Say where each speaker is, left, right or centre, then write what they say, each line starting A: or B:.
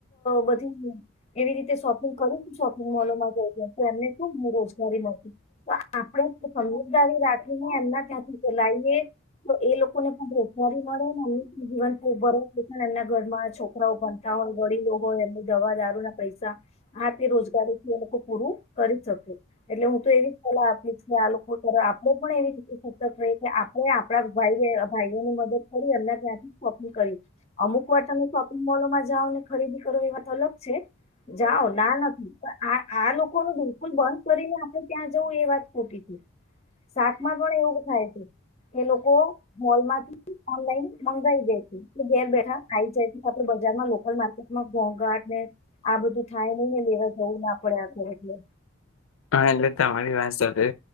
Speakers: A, on the left; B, on the left.
A: બધી એવી રીતે શોપિંગ કરીશ શોપિંગ મોલોમાં જઈ તો એમને શું રોજગારી મળતી તો આપણે સમજદારી રાખીને એમના ત્યાંથી ચલાઈએ તો એ લોકોને પણ રોજગારી મળે એમ પણ જીવન ભરા એમના ઘરમાં છો. છરાણતા હોય વડીલો હોય એમને દવા દારૂ ના પૈસા આ તે રોજગારી થી એ લોકો પૂરું કરી શકે એટલે હું તો એવી સલાહ આપીશ, કે આ લોકો ત આપણે પણ એવી રીતે સતક રહી કે આપણે આપણા ભાઈ ભાઈઓ ની મદદ કરી એમના ત્યાંથી શોપિંગ કરી અમુક વાર્ને શોપંગ મોલોમાં જાઓ ને ખરીદી કરો એ વાત અલગ છે, જાઓ ના નથી પણ આ આ લોકોનું બિલકુલ બંધ કરીને આપણે ત્યાં જવું એ વાત ખોટી છે, સાતમાં પણ એવું થાય છે કે લોકો મોલમાંથી ઓનલાઈન મંગાઈ જે છે કે ઘેર બેઠા આઈ જાય છે. આપડ બજારમાં લોકલ માર્કેટમાં ઘોઘાટ ને આ બધું થાય નહી ને લેવા જવું ના પડે આખું એટલે
B: હા, એટલે તમારી વાત સાથે